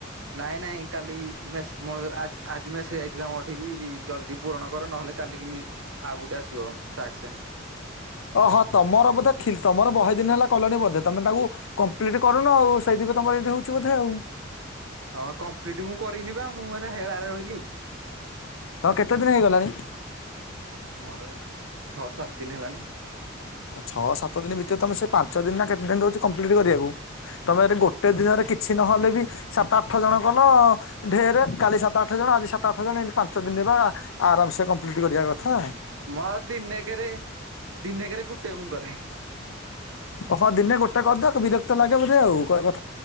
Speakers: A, on the right; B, on the left.
A: ନାଇଁ ନାଇଁ କାଲି ମେସେ ମ ଆ ଆଜି ମେସେଜ ଯାଇଥିଲା ମୋ ଠିକି ଜଲଦି ପୂରଣ କର ନହେଲେ ଲେ କାଲିକି ମି ଆଉ ଗୋଟେ ଆସିବ ଟାକ୍ସ।
B: <inaudible> ଓହଁ ତମର ବୋଧେ ଥି ତମର ବହେ ଦିନ ହେଲା କଲଣି ବୋଧେ ତମେ ତାକୁ କମ୍ପ୍ଲିଟ୍ କରୁନ ଆଉ ସେଇଦିନ ଏବେ ତମର ଏମିତି ହଉଛି ବଧେ ଆଉ।
A: ହଁ କମ୍ପ୍ଲିଟ ମୁ କରିନି ବା ମୁଁ ଏଣେ ହେଳାରେ ରହିଲି।
B: ହଁ କେତେ ଦିନ ହେଇଗଲାଣି।
A: ମୋର ଛଅ ସାତ ଦିନ ହେଲାଣି।
B: ଛଅ ସାତ ଦିନ ଭିତରେ ତମେ ସେ ପାଞ୍ଚ ଦିନ ନା କେତେ ଦିନ ରହୁଛି କମ୍ପ୍ଲିଟ କରିବାକୁ। ତମେ ଗୋଟେ
A: ହୁଁ।
B: ଦିନରେ କିଛି ନହଲେ ବି ସାତ ଆଠ ଜଣ କଲ ଢେରେ କାଲି ସାତ ଆଠ ଜଣ ଆଜି ସାତ ଆଠ ଜଣ ଏଠି ପାଞ୍ଚ ଦିନ ରେ ପା ଆରାମ ସେ କମ୍ପ୍ଲିଟ୍ କରିବା କଥା।
A: ମୋର ଦିନେ କେରେ ଦିନେ କେରେ ଗୁଟେ ମୁଁ କରେ।
B: ଓହଁ ଦିନେ ଗୋଟେ କରିଦିଅ ବିରକ୍ତ ଲାଗେ ବୋଧେ ଆଉ କହି